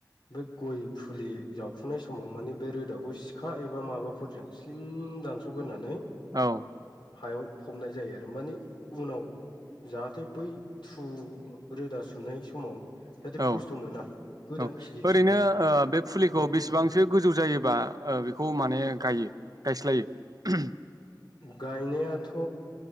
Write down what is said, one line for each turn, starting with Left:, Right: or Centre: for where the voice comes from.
Left: बे गय फुलि जावफुनाय समाव माने बे रोदाखौ सिखा एबा माबाफोरजों स्लिम दानस'ग्रोनानै
Right: औ
Left: हायाव फबनाय जायो आरो माने उनाव जाहाथे बै थु रोदा सुनाय समाव जाहाथे
Right: औ
Left: खस्थ' मोना गोदान
Right: औ
Left: खिलिफिनो
Right: ओरैनो बे
Left: बेफोरबायदि
Right: फुलिखौ बेसेबांसो
Left: औ
Right: गोजौ जायोबा बेखौ माने गायो गायस्लायो
Left: गायनायाथ'